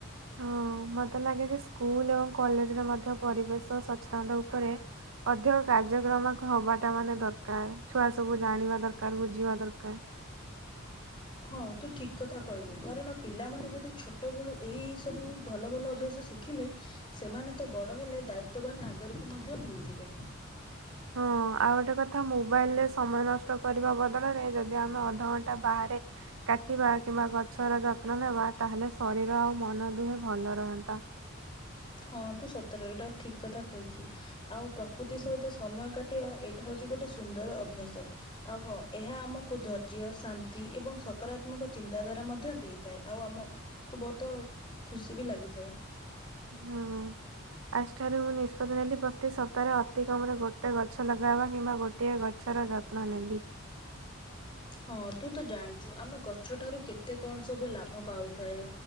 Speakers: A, on the right; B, on the left.
A: ହଁ ମତେ ଲାଗେ ଯେ ସ୍କୁଲ ଏବଂ କଲେଜରେ ମଧ୍ୟ ପରିବେଶ ସଚ୍ଛଳନ ଉପରେ ଅଧିକ କାର୍ଯ୍ୟକ୍ରମ ହବାଟା ମାନେ ଦରକାର। ଛୁଆ ସବୁ ଜାଣିବା ଦରକାର ବୁଝିବା ଦରକାର।
B: ହଁ ତୁ ଠିକ୍ କଥା କହିଲୁ। କାରଣ ପିଲାମାନେ ଯଦି ଛୋଟବେଳୁ ଏଇ ସବୁ ଭଲ ଭଲ ଅଭ୍ୟାସ ଶିଖିଲେ ସେମାନେ ତ ବଡ଼ ହେଲେ ଦାୟିତ୍ୱବାନ ନାଗରିକ ମଧ୍ୟ ହୋଇଯିବେ।
A: ହଁ। ଆଉ ଗୋଟେ କଥା ମୋବାଇଲରେ ସମୟ ନଷ୍ଟ କରିବା ବଦଳରେ ଯଦି ଆମେ ଅଧଘଣ୍ଟା ବାହାରେ କାଟିବା କିମ୍ବା ଗଛର ଯତ୍ନ ନେବା ତାହେଲେ ଶରୀର ଆଉ ମନ ଦୁହେଁ ଭଲ ରହନ୍ତା।
B: ହଁ ତୁ ସତରେ ଏଟା ଠିକ କଥା କହିଛୁ। ଆଉ ପ୍ରକୃତି ସହିତ ସମୟ କାଟିବା ଏଇଟା ହଉଛି ଗୋଟେ ସୁନ୍ଦର ଅଭ୍ୟାସ। ଆଉ ହଁ ଏହା ଆମକୁ ଧୈର୍ଯ୍ୟ, ଶାନ୍ତି ଏବଂ ସକାରାତ୍ମକ ଚିନ୍ତାଧାରା ମଧ୍ୟ ଦେଇଥାଏ। ଆଉ ଆମ କୁ ବହୁତ ଖୁସି ବି ଲାଗିଥାଏ।
A: ହୁଁ। ଆଜି ଠାରୁ ମୁଁ ନିଷ୍ପତ୍ତି ନେଲି ପ୍ରତି ସପ୍ତାହରେ ଅତି କମରେ ଗୋଟେ ଗଛ ଲଗେଇବା କିମ୍ବା ଗୋ ଟିଏ ଗଛର ଯତ୍ନ ନେବି।
B: ହଁ ତୁ ତ ଜାଣିଛୁ ଆମେ ଗଛଠାରୁ କେତେ କଣ ସବୁ ଲାଭ ପାଉଥାଏ।